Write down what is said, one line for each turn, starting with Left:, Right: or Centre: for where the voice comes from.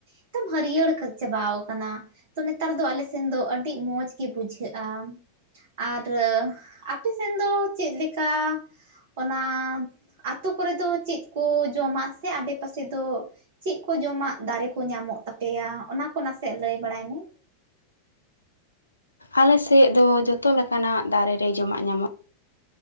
Right: ᱮᱠᱫᱚᱢ ᱦᱟᱹᱨᱭᱟᱹᱲ ᱪᱟᱵᱟᱣ ᱟᱠᱟᱱᱟ ᱛᱚ ᱱᱮᱛᱟᱨ ᱫᱚ ᱟᱞᱮ ᱥᱮᱱ ᱫᱚ ᱟᱹᱰᱤ ᱢᱚᱡᱽ ᱜᱮ ᱵᱩᱡᱷᱟᱹᱜᱼᱟ ᱟᱨ ᱟᱯᱮ ᱥᱮᱱ ᱫᱚ ᱪᱮᱫ ᱞᱮᱠᱟ ᱚᱱᱟ ᱟᱛᱳ ᱠᱚᱨᱮ ᱫᱚ ᱪᱮᱫ ᱠᱚ ᱡᱚᱢᱟ ᱥᱮ ᱟᱰᱮ ᱯᱟᱥᱮ ᱫᱚ ᱪᱮᱫ ᱠᱚ ᱡᱚᱢᱟᱜ ᱫᱟᱨᱮ ᱠᱚ ᱧᱟᱢᱚᱜ ᱛᱟᱯᱮᱭᱟ ᱚᱱᱟ ᱠᱚ ᱱᱟᱥᱮᱭᱟᱜ ᱞᱟᱹᱭ ᱵᱟᱲᱟᱭ ᱢᱮ
Left: ᱟᱞᱮ ᱥᱮᱫ ᱫᱚ ᱡᱚᱛᱚ ᱞᱮᱠᱟ ᱱᱟᱜ ᱫᱟᱨᱮ ᱨᱮ ᱡᱚᱢᱟᱜ ᱧᱟᱢᱚᱜ